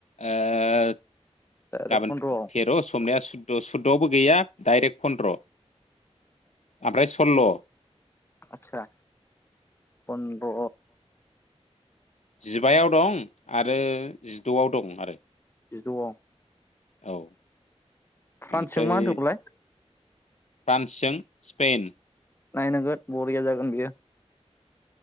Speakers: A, on the left (about 80°); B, on the left (about 20°).
A: ओ-गाबोन
B: डाइरेक्ट फन्द्रआव
A: थेर समनिया सुद द सुदआवबो गैया दडाइरेक्ट फनन्द्र ओमफ्राय सल्ल।
B: आतसा फन्द्र
A: जिबायाव दं आरो जिदआव दं आरो।
B: जिदआव
A: औ
B: फ्रान्सजों
A: ओमफ्राय
B: मा होनदोंमोनलाय।
A: फ्रान्सजों स्पेन।
B: नायनांगोन बरिया जागोन बियो।